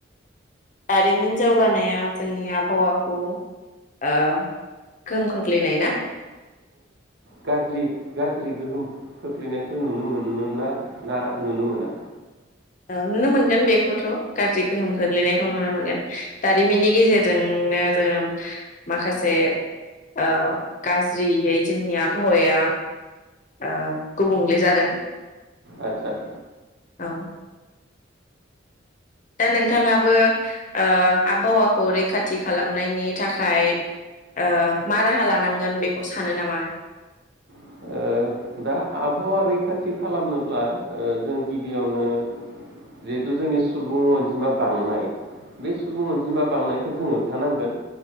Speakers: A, on the left; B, on the right.
A: दारिमिन जौगानाया जोंनि आबहावाखौ ओ गोहोम खोख्लैनाय ना
B: गाज्रि-गाज्रि गोहोम खोख्लैनायखौ नुनो मोनोना ना नुनो मोना?
A: ओ नुनो मोनगोन बेखौथ गाज्रि गोहोम खग्लैनायखौ नुनो मोनगोन दारिमिननि गेजेरजोंनो जोङो माखासे ओ गाज्रियै जोंनि आबहावाया ओ गुबुंले जादों
B: आतसा ।
A: औ दा नोंथाङाबो ओ आबहावाखौ रैखाथि खालामनायनि थाखाय ओ मा राहा लानांगोन बेखौ सानो नामा?
B: ओ, दा आबहावा रैखाथि खालामनोब्ला ओ जों गिबियावनो जिहेथु जोंनि सुबुं अनजिमा बांनाय बे सुबुं अनजिमा बांनायखौ जों होबथानांगोन ।